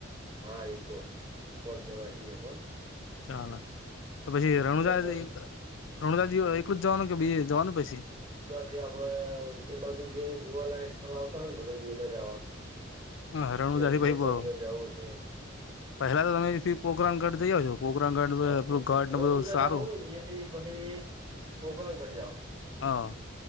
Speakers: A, on the right (about 25°); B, on the left (about 70°).
A: હા ઈકો પોચ જણા સીએ કોન.
B: ચાલ. તો પછી રણુજા
A: બે ત્રણ
B: રણુજા એકલું જ જવાનું કે બી જવાનું પછી.
A: તે આપડ એ બાજુ જે જોવાલાયક સ્થળ આવતા હોય ને બધા જોઈને જ આવા.
B: હા રણુજાથી
A: યથી
B: પછી
A: જસલમેર જાવું છે.
B: પહેલા તો તમે એથી પોકરનગઢ જઈ આવજો. પોકરણગઢ
A: હા ભૂક
B: પેલું ગઢ ને
A: રણુજા
B: બધું સારું
A: જાહું ઈયાથી પહી પોકરનગઢ જાહુ
B: હા